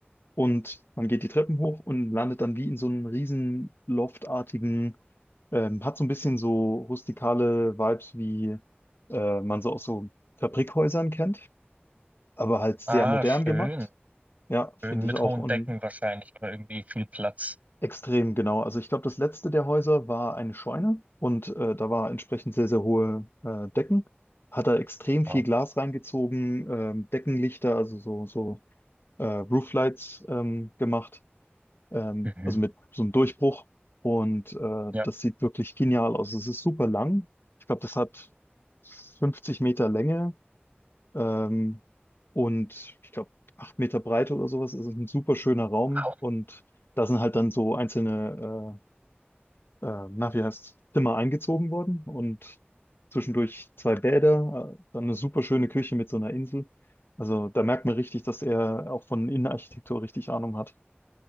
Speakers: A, on the left; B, on the right.
A: und man geht die Treppen hoch und landet dann wie in so einem riesen loftartigen, ähm, hat so ein bisschen so rustikale Vibes, wie äh, man so aus so Fabrikhäusern kennt aber halt sehr
B: Ah,
A: modern
B: schön.
A: gemacht. Ja, finde
B: Schön mit
A: ich auch
B: hohen
A: und
B: Decken wahrscheinlich oder irgendwie viel Platz.
A: extrem genau. Also ich glaube, das letzte der Häuser war eine Scheune und äh, da war entsprechend sehr, sehr hohe äh, Decken. Hat er extrem
B: Wow.
A: viel Glas reingezogen, ähm, Deckenlichter, also so, so äh, Rooflights ähm, gemacht, ähm,
B: Mhm.
A: also mit so einem Durchbruch. Und äh,
B: Ja.
A: das sieht wirklich genial aus. Es ist super lang. Ich glaube, das hat 50 Meter Länge Ähm, und ich glaube, acht Meter Breite oder sowas. Es ist ein super schöner Raum
B: Wow.
A: und da sind halt dann so einzelne, äh, äh, na, wie heißt Zimmer eingezogen worden und zwischendurch zwei Bäder, äh, dann eine super schöne Küche mit so einer Insel. Also da merkt man richtig, dass er auch von Innenarchitektur richtig Ahnung hat.